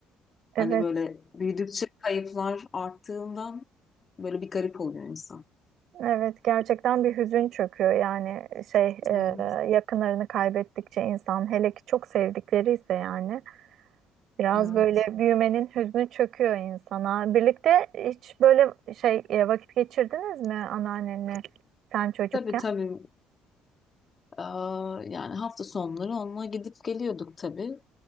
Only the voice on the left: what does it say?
Hani böyle büyüdükçe kayıplar arttığından böyle bir garip oluyor insan.
Evet,
evet.
Tabii tabii. Aa, yani hafta sonları onunla gidip geliyorduk tabii.